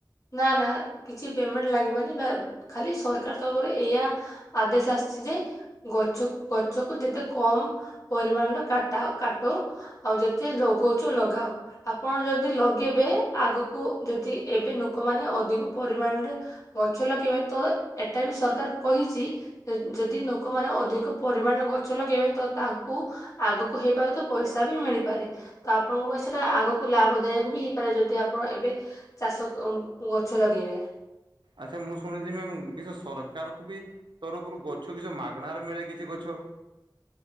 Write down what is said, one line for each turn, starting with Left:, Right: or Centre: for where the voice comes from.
Left: ନା ନା କିଛି ପେମେଣ୍ଟ ଲାଗିବନି ବା ଖାଲି ସରକାର ତରଫରେ ଏୟା ଆଦେଶ ଆସିଛି ଯେ ଗଛ ଗଛ କୁ ଯେତେ କମ ପରିମାଣରେ କାଟା କାଟ ଆଉ ଯେତେ ଲଗଉଚ ଲଗାଅ। ଆପଣ ଯଦି ଲଗେଇବେ ଆଗକୁ ଯଦି ଏବେ ଲୋକମାନେ ଅଧିକ ପରିମାଣରେ ଗଛ ଲଗେଇବେ ତ ଏଟା ବି ସରକାର କହିଛି। ଯଦି ଲୋକମାନେ ଅଧିକ ପରିମାଣରେ ଗଛ ଲଗେଇବେ ତ ତାଙ୍କୁ ଆଗକୁ ହେଇପାରେ ତ ପଇସା ବି ମିଳିପାରେ। ତ ଆପଣଙ୍କ ପଇସାଟା ଆଗକୁ ଲାଭ ଦାୟକ ବି ହେଇପାରେ ଯଦି ଆପଣ ଏବେ ଚାଷ ଗଛ ଲଗେଇବା।
Right: ଆଚ୍ଛା ମୁଁ ଶୁଣିଛି ମ କିଛି ସରକାରକୁ ବି ତରଫରୁ ଗଛ କିଛ ମାଗଣାରେ ମିଳେ କିଛି ଗଛ